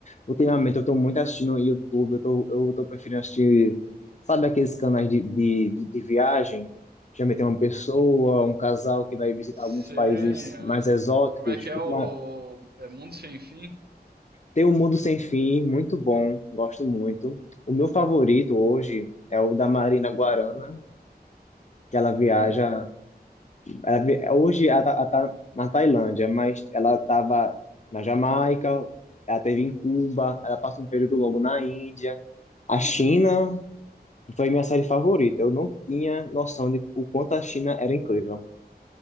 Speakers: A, on the left; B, on the right.
A: Ultimamente eu estou muito assistindo no YouTube, eu tô, eu tô preferindo assistir, sabe aqueles canais de, de, de viagem? Geralmente tem uma pessoa, um casal que vai visitar
B: Sim,
A: alguns países
B: é.
A: mais exóticos.
B: como é que é
A: Ultima-
B: o é Mundo Sem Fim?
A: Tem O Mundo Sem Fim, muito bom, gosto muito. O meu favorito hoje é o da Marina Guarana, que ela viaja
B: Não,
A: Ela vi- hoje ela tá, ela tá na Tailândia, mas ela estava na Jamaica, ela teve em Cuba, ela passa um período longo na Índia. A China foi minha série favorita. Eu não tinha noção de o quanto a China era incrível.